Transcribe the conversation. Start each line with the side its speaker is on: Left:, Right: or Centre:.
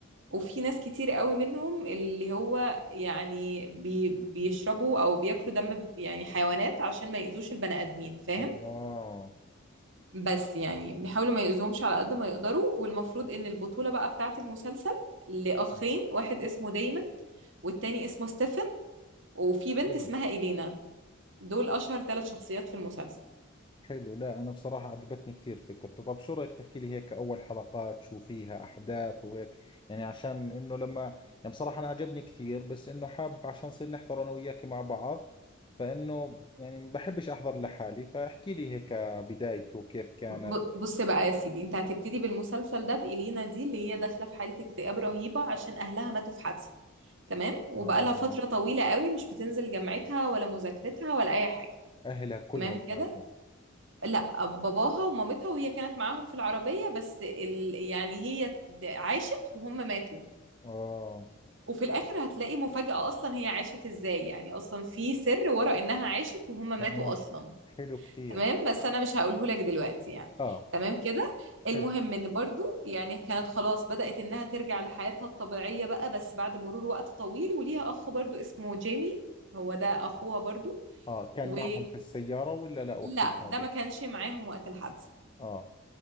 Right: وفي ناس كتير قوي منهم اللي هو يعني بي بيشربوا او بياكلوا دم ب- يعني حيوانات عشان ما يأذوش البني ادمين فاهم
Left: اه
Right: بس يعني بيحاولوا ما يأذوهمش على قد ما يقدروا والمفروض ان البطوله بقى بتاعت المسلسل لاخين واحد اسمه دايمون والتاني اسمه ستيفن وفي بنت
Left: حلو
Right: اسمها إلينا دول أشهر ثلاث شخصيات في المسلسل
Left: حلو لا انا بصراحة عجبتني كثير فكرته طب شو رأيك تحكي لي هيك اول حلقات شو فيها احداث وهيك يعني عشان انه لما يعني بصراحة انا عجبني كثير بس انه حاب عشان نصير نحضر انا وياك مع بعض فانه يعني بحبش احضر لحالي فاحكي لي هيك بدايته كيف كانت
Right: ب- بص بقى يا سيدي انت هتبتدي بالمسلسل ده بإلينا دي اللي هي داخلة في حالة اكتئاب رهيبة عشان أهلها ماتوا في حادثة تمام وبقالها
Left: اه
Right: فترة طويلة قوي مش بتنزل جامعتها ولا مذاكرتها ولا أي حاجة
Left: اهلها كلهم
Right: تمام كده
Left: ماتوا
Right: لا باباها ومامتها وهي كانت معاهم في العربية بس ال... يعني هي د- عاشت وهم ماتوا
Left: اه
Right: وفي الآخر هتلاقي مفاجأة أصلا هي عاشت إزاي يعني أصلا في سر ورا إنها عاشت وهم ماتوا
Left: تمام
Right: أصلا
Left: حلو كثير
Right: تمام بس انا مش هقوله لك دلوقتي يعني
Left: اه
Right: تمام كده المهم
Left: حلو
Right: ان برضو يعني كانت خلاص بدأت انها ترجع لحياتها الطبيعية بقى بس بعد مرور وقت طويل وليها اخ برضو اسمه جيمي هو ده اخوها برضو
Left: اه كان
Right: و
Left: معهم في السيارة ولا لا وقت
Right: لا
Left: الحادث
Right: ده ما كانش معاهم وقت الحادثة
Left: اه